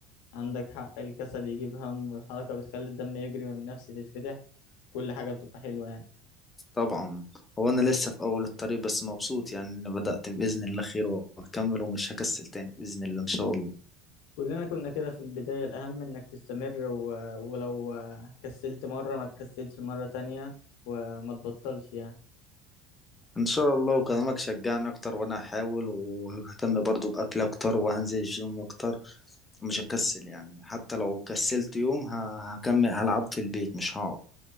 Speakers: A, on the left; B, on the left.
A: عندك حق الكسل يجيب هم والحركة بتخلي الدم يجري والنفس تتفتح كل حاجة بتبقى حلوة يعني
B: طبعا هو انا لسه في اول الطريق بس مبسوط يعني اني بدأت باذن الله خير وهكمل ومش هكسل تاني باذن الله ان شاء الله
A: كلنا كنا كده في البداية الأهم إنك تستمر و... ولو كسلت مرة ما تكسلش مرة تانية وما تبطلش يعني
B: ان شاء الله وكلامك شجعني اكتر وانا هحاول وههتم برضو باكل اكتر وهنزل الجيم اكتر ومش هكسل يعني حتى لو كسلت يوم ه- هكمل هلعب في البيت مش هقعد